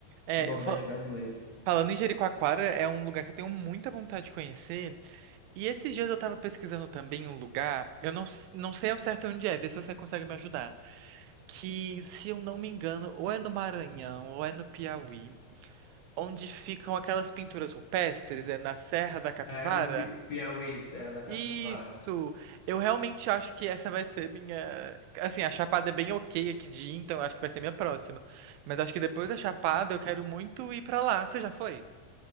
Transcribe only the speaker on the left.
do Nordeste
brasileiro.
É, no Pi- Piauí, Serra da
Capivara.